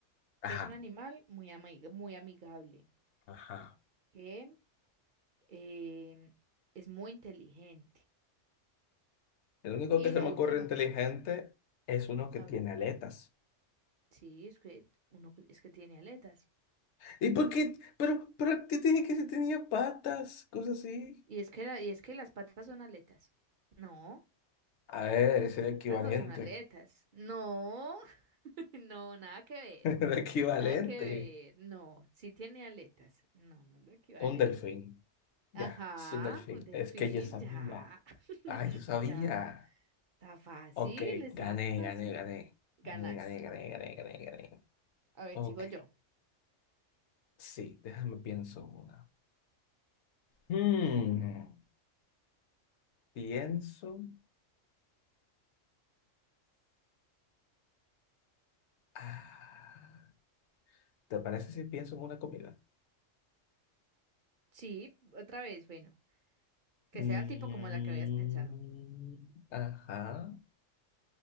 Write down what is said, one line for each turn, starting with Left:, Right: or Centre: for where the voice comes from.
Left: Ajá,
Right: que es un animal muy amig- muy amigable,
Left: ajá.
Right: que em, es muy inteligente.
Left: El único
Right: Y
Left: que se
Right: la
Left: me
Right: última.
Left: ocurre inteligente es uno que
Right: A
Left: tiene
Right: ver,
Left: aletas.
Right: Sí, es que uno que- es que tiene aletas.
Left: ¿Y por qué? Pero, pero te dije que se tenía patas, cosas así.
Right: Y es que la- y es que las patas son aletas. No,
Left: A ver, es el equivalente.
Right: patas no son aletas. No, <laughs> no, nada que ver.
Left: <laughs> El equivalente.
Right: Nada que ver. No, sí tiene aletas. No, no es lo equivalente.
Left: Un delfín. Ya,
Right: Ajá,
Left: es un delfín.
Right: un delfín,
Left: Es que yo sabía.
Right: ya, <laughs>
Left: Ay, yo sabía.
Right: ya. Está fácil,
Left: Ok,
Right: estaba
Left: gané,
Right: muy fácil.
Left: gané, gané.
Right: Ganas.
Left: Gané, gané, gané, gané, gané, gané.
Right: A ver,
Left: Ok.
Right: sigo yo.
Left: Sí, déjame pienso una. Hmm, pienso. Ah, ¿te parece si pienso en una comida?
Right: Sí, otra vez, bueno, que
Left: Mm,
Right: sea tipo como la que habías pensado.
Left: ajá.